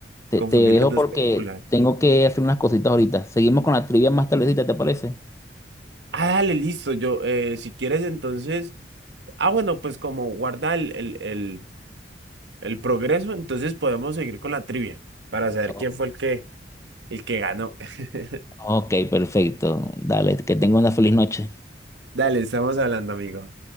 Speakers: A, on the left (about 15°); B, on the right (about 85°).
A: te,
B: confundí
A: te dejo
B: las dos
A: porque
B: películas.
A: tengo que hacer unas cositas ahorita. Seguimos con la trivia más tardecita, ¿te parece?
B: Ah, dale, listo, yo, eh, si quieres entonces, ah, bueno, pues como guarda el, el, el, el progreso, entonces podemos seguir con la trivia para saber
A: O-
B: quién fue el que, el que ganó. <laughs>
A: Ok, perfecto. Dale, que tenga una feliz noche.
B: Dale, estamos hablando, amigo.